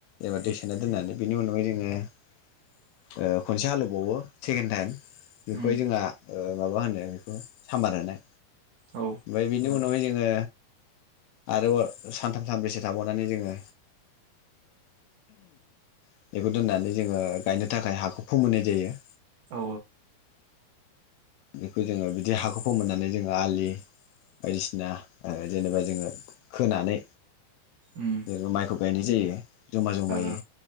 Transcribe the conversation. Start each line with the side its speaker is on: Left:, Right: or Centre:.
Left: एबा दै होना दोननानै बेनि अनावगाय जोङो खनसे हालौबावो सेकेणड टाइम बेखौहाय
Right: उम
Left: जोंहा माबा होनो बेखौ सामबार होनाय
Right: औ
Left: ओमफाय बिनि उनावहाय जोङो आरोबाव सानथाम सानब्रैसो थाबावनानै जोङो ओ बेखौ दोननानै जोङो गायनो थाखाय हाखौ फोमोननाय जायो
Right: औ
Left: बेखौ जोङो बिदि हाखौ फोमोननानै जोङो आलि बायदिसिना जेनेबा जोङो खोनानै
Right: उम
Left: बे माइहुं गायनाय जायो जमा जमायै
Right: ओ